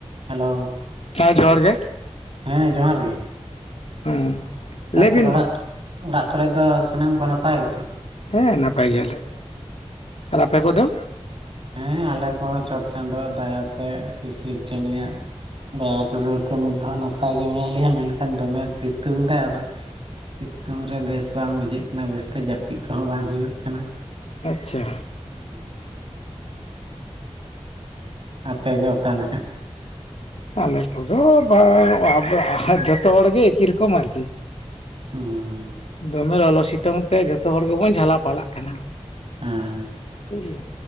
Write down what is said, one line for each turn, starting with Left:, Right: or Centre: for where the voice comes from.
Right: ᱦᱮᱞᱳ
Left: ᱦᱮᱸ ᱡᱚᱦᱟᱨ ᱜᱮ
Right: ᱦᱮᱸ ᱡᱚᱦᱟᱨ ᱜᱮ
Left: ᱦᱮᱸ <inaudible>
Right: ᱛᱟᱯᱚᱨ
Left: ᱵᱤᱱ
Right: ᱚᱲᱟᱜ
Left: ᱢᱟ
Right: ᱚᱲᱟᱜ ᱠᱚᱨᱮ ᱫᱚ ᱥᱟᱱᱟᱢ ᱠᱚ ᱱᱟᱯᱟᱭ ᱜᱮᱛᱚ
Left: ᱦᱮᱸ ᱱᱟᱯᱟᱭ ᱜᱮᱭᱟᱞᱮ᱾ ᱟᱨ ᱟᱯᱮ ᱠᱚᱫᱚ
Right: ᱦᱮᱸ ᱟᱞᱮ ᱠᱚᱦᱚᱸ ᱪᱚᱴ ᱪᱟᱸᱫᱳᱣᱟᱜ ᱫᱟᱭᱟ ᱛᱮ ᱥᱤᱨ ᱥᱤᱨᱡᱚᱱᱤᱭᱟᱜ ᱫᱟᱭᱟ ᱫᱩᱞᱟᱹᱲ ᱛᱮ ᱱᱤᱛ ᱫᱚ ᱦᱟᱜ ᱱᱟᱯᱟᱭ ᱜᱮ ᱢᱮᱱᱟᱜ ᱞᱮᱭᱟ ᱢᱮᱱᱠᱷᱟᱱ ᱫᱚᱢᱮ ᱥᱤᱛᱩᱝ ᱫᱟᱭ ᱟᱫᱚ ᱥᱤᱛᱩᱝ ᱨᱮ ᱵᱮᱥ ᱵᱟᱝ ᱵᱩᱡᱷᱟᱹᱜ ᱠᱟᱱᱟ ᱵᱮᱥᱛᱮ ᱡᱟᱹᱯᱤᱫ ᱠᱚᱦᱚᱸ ᱵᱟᱝ ᱦᱩᱭᱩᱜ ᱠᱟᱱᱟ᱾
Left: ᱟᱪᱪᱷᱟ
Right: ᱦᱩᱸ ᱟᱯᱮ ᱜᱮ ᱚᱠᱟ ᱞᱮᱠᱟ
Left: ᱟᱞᱮ ᱠᱚᱫᱚ <unintelligible> ᱡᱚᱛᱚ ᱦᱚᱲᱜᱮ ᱮᱠᱤ ᱨᱚᱠᱚᱢ ᱟᱨᱠᱤ
Right: ᱦᱩᱸ
Left: ᱫᱚᱢᱮ ᱞᱚᱞᱚ ᱥᱤᱛᱩᱝ ᱛᱮ ᱡᱷᱚᱛᱚ ᱦᱚᱲ ᱜᱮᱵᱚᱱ ᱡᱷᱟᱞᱟ ᱯᱟᱞᱟᱜ ᱠᱟᱱᱟ᱾
Right: ᱦᱮᱸ
Left: ᱴᱷᱤᱠ ᱜᱮᱭᱟ